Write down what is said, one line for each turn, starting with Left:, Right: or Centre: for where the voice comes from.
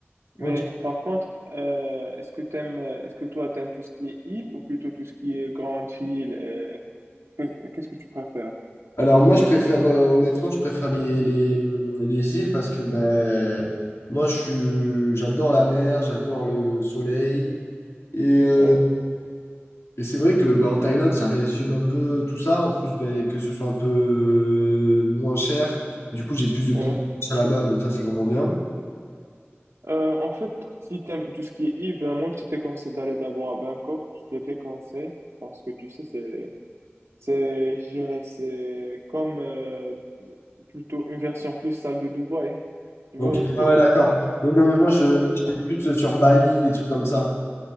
Right: Mais
Left: ok.
Right: par contre, euh, est-ce que t'aimes, euh, est-ce que toi, t'aimes tout ce qui est île ou plutôt tout ce qui est grande île et... Qu'est- Qu'est-ce que tu préfères?
Left: Alors moi, je préfère, euh, honnêtement, je préfère les, les, hum, les îles parce que ben, moi, je suis, j'adore la mer, j'adore le soleil. Et, euh,
Right: Ouais.
Left: et c'est vrai que ben, en Thaïlande, ça résume un peu tout ça. En plus, ben, que ce soit un peu euh, moins cher. Du coup, j'ai plus de pouvoir
Right: Ouais.
Left: d'achat là-bas, donc ça, c'est vraiment bien.
Right: Euh, en fait, si t'aimes tout ce qui est île, ben moi, je te déconseille d'aller d'abord à Bangkok. Je te déconseille parce que tu sais, c'est C'est, je dirais, c'est comme euh, plutôt une version plus sale de Dubaï. <laughs> Tu
Left: Ok,
Right: vois le truc?
Left: ouais, ouais, d'accord. Oui, non, mais moi, je
Right: Ouais,
Left: j'étais
Right: genre,
Left: plus euh, sur Bali, des trucs comme ça.